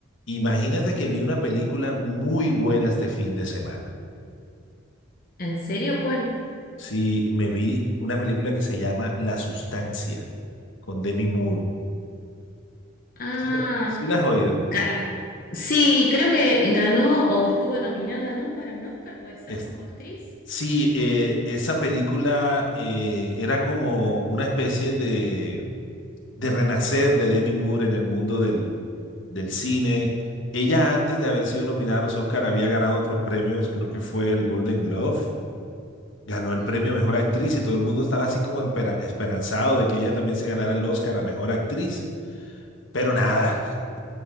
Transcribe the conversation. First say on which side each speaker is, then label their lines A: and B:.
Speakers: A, on the left (about 65°); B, on the left (about 45°).
A: Imagínate que vi una película muy buena este fin de semana.
B: ¿En serio? ¿Cuál?
A: Sí, me vi una película que se llama La Sustancia con Demi Moore.
B: Ah,
A: ¿Sí la, sí la has oído?
B: ga- sí, creo que ganó o estuvo nominada, ¿no? Para un Oscar, puede ser,
A: Es-
B: como actriz.
A: sí, eh, esa película eh, era como una especie de, de renacer de Demi Moore en el mundo del, del cine. Ella antes de haber sido nominada a los Oscar había ganado otros premios, creo que fue el Golden Globe ganó
B: Ujú.
A: el premio a Mejor Actriz y todo el mundo estaba así como empera- esperanzado de que ella también se ganara el Oscar a Mejor Actriz, pero nada, <laughs>